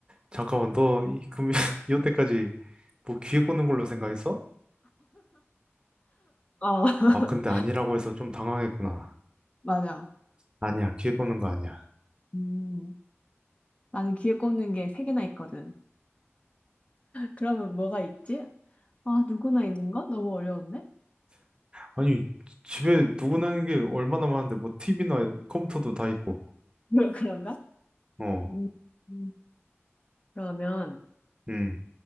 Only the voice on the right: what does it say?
잠깐만, 너, 이, 금, <laughs> 이때까지 뭐 귀에 꽂는 걸로 생각했어?
아, 근데 아니라고
해서 좀 당황했구나.
아니야, 기회 꼽는 거 아니야.
아니, 집에 누구나 있는 게 얼마나 많은데, 뭐, TV나 컴퓨터도 다 있고.
어,
음.